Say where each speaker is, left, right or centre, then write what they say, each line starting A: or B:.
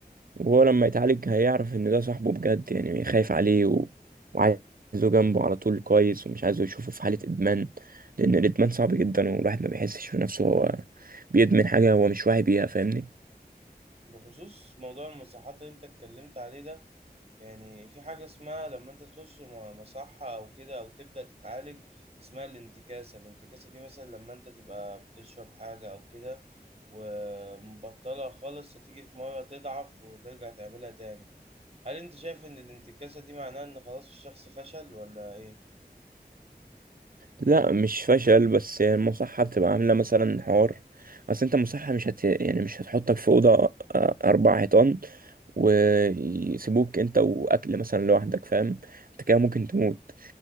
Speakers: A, on the right; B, on the right.
A: وهو لما يتعالج هيعرف ان ده صاحبه بجد يعني خايف عليه و... وعايزه جنبه على طول كويس ومش عايزه يشوفه في حالة ادمان لان الادمان صعب جدا والواحد ما بيحسش في نفسه هو بيدمن حاجة هو مش واعي بيها فاهمني
B: بخصوص موضوع المصحات اللي انت اتكلمت عليه ده يعني في حاجه اسمها لما انت تخش م- مصحه او كده او تبدا تتعالج اسمها الانتكاسه الانتكاسه دي مثلا لما انت تبقى بتشرب حاجه او كده ومبطلها خالص هتيجي في مره تضعف وترجع تعملها تاني هل انت شايف ان الانتكاسة دي معناها ان خلاص الشخص فشل ولا ايه؟
A: لا مش فشل بس هي المصحة بتبقى عاملة مثلا حوار اصل انت مصحة مش هت يعني مش هتحطك في أوضة آه، أربع حيطان ويسيبوك انت وأكل مثلا لوحدك فاهم انت كده ممكن تموت